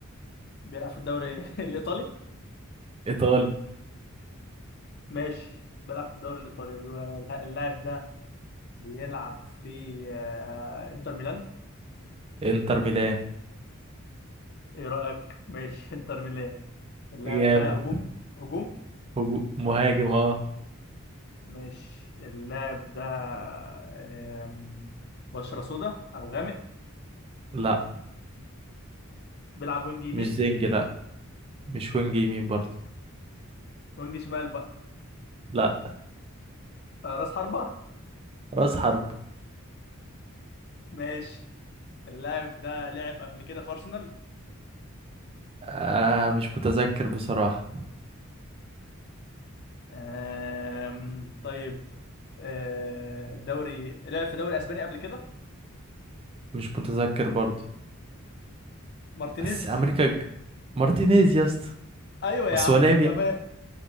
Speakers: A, on the left; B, on the right.
A: بيلعب في الدوري <laughs> الإيطالي
B: إيطالي
A: ماشي بيلعب في الدوري الإيطالي اللاعب ده بيلعب في آه، إنتر ميلان
B: إنتر ميلان
A: إيه رأيك ماشي <laughs> إنتر ميلان اللاعب
B: جامد
A: ده هجوم هجوم
B: هجو- مهاجم اه
A: مش اللاعب ده آم، بشرة سودا أو غامق
B: لا
A: بيلعب وينج يمين
B: مش زنجي لا مش وينج يمين برضه
A: وينج شمال بقى
B: لا
A: آه، راس حربة
B: رأس حرب
A: ماشي اللاعب ده لعب قبل كده في أرسنال
B: آه مش متذكر بصراحة
A: آم، طيب آه، دوري لعب في دوري أسباني قبل كده
B: مش متذكر برضه
A: مارتينيز
B: بس أمريكا ج- مارتينيز يا اسطى
A: أيوة يا
B: بس
A: عم
B: هو لعب
A: تمام